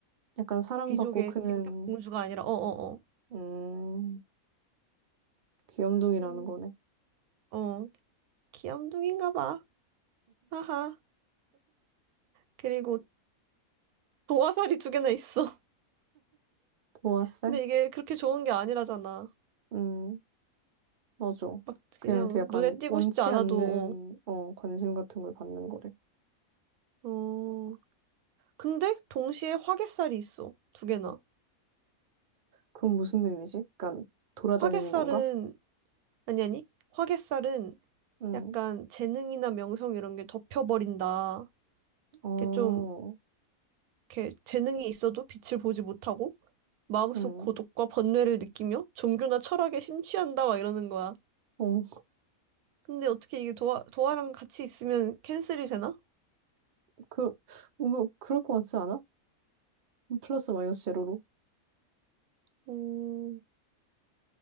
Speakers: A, on the right; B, on the right.
A: 약간 사랑받고
B: 귀족의
A: 크는,
B: 직급 공주가 아니라 어어어.
A: 음, 귀염둥이라는
B: 어, 어, 어. 음,
A: 거네.
B: 어, 귀염둥인가 봐. 하하. 그리고 도화살이 두 개나 있어.
A: 도화살?
B: <laughs> 근데 이게 그렇게 좋은 게 아니라잖아.
A: 음, 맞아.
B: 막
A: 그냥
B: 그냥
A: 이렇게 약간
B: 눈에 띄고
A: 원치
B: 싶지 않아도.
A: 않는, 어, 관심 같은 걸 받는 거래.
B: 어. 어. 근데 동시에 화개살이 있어. 두 개나.
A: 그건 무슨 의미지? 약간 돌아다니는
B: 화개살은
A: 건가?
B: 아니 아니. 화개살은
A: 음,
B: 약간 재능이나 명성 이런 게 덮여버린다.
A: 어,
B: 이렇게 좀 이렇게 재능이 있어도 빛을 보지 못하고 마음속
A: 음,
B: 고독과 번뇌를 느끼며 종교나 철학에 심취한다 막 이러는 거야.
A: 어,
B: 근데 어떻게 이게 도화 도화랑 같이 있으면 캔슬이 되나?
A: 그, 뭔가 그럴 것 같지 않아? 플러스 마이너스 제로로.
B: 음,